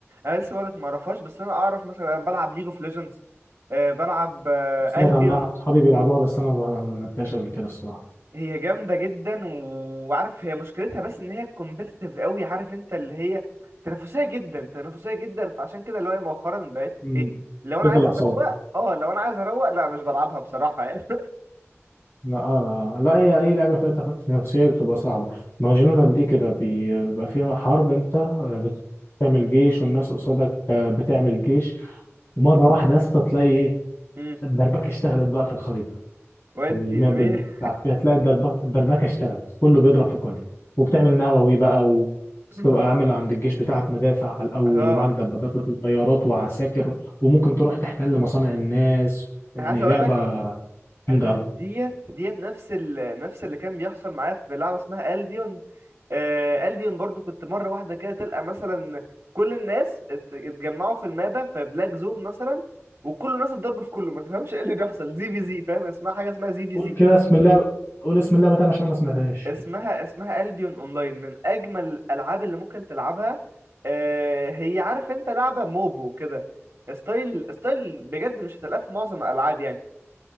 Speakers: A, on the right; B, on the left.
A: انا لسه بقول لك ما اعرفهاش بس انا اعرف مثلا انا بلعب ليج اوف ليجندز بلعب
B: سمعت
A: البيون
B: عنها اصحابي بيلعبوها بس انا ما ما لعبتهاش قبل كده الصراحه
A: هي جامدة جدا وعارف هي مشكلتها بس ان هي كومبيتيتيف قوي عارف انت اللي هي تنافسية جدا تنافسية جدا فعشان كده اللي هو إيه مؤخرا بقيت
B: امم
A: ايه لو انا
B: تد
A: عايز
B: الاعصاب
A: اروق اه لو انا عايز اروق لا مش بلعبها بصراحة يعني
B: لا آه. آه. لا هي اي لعبه فيها تنافسيه بتبقى صعبه ما جنرال دي كده بي- بيبقى فيها حرب انت بت- بتعمل جيش والناس قصادك آه، بتعمل جيش ومره واحده يا اسطى تلاقي ايه
A: <laughs> امم
B: الدربكه اشتغلت بقى في الخريطه
A: ودي
B: الماب
A: يا بيه
B: اللي بتلعب فيها تلاقي الدربكه الدربكه اشتغلت كله بيضرب في كله وبتعمل نووي بقى وتبقى
A: <laughs>
B: عامل عند الجيش بتاعك مدافع على الاول
A: اه
B: ومعاك دبابات وطيارات وعساكر وممكن تروح تحتل مصانع الناس يعني
A: انا عايز اقول
B: لعبه
A: لك
B: جامده
A: انا
B: قوي
A: ديت ديت نفس ال... نفس اللي كان بيحصل معايا في لعبه اسمها البيون آه البيون برضو كنت مره واحده كده تلقى مثلا كل الناس ات- اتجمعوا في المابا في بلاك زون مثلا وكل الناس اتضرب في كله ما تفهمش ايه اللي بيحصل زي في زي فاهم اسمها حاجه اسمها زي في
B: قول
A: زي
B: كده اسم اللعبه قول اسم اللعبه تاني عشان ما سمعتهاش
A: اسمها اسمها البيون اونلاين من اجمل الالعاب اللي ممكن تلعبها آه هي عارف انت لعبه موبو كده ستايل ستايل بجد مش هتلاقيه في معظم الالعاب يعني